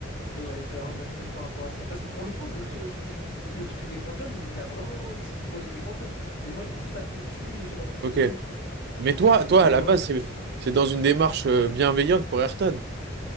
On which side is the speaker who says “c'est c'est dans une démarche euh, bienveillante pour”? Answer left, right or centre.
Right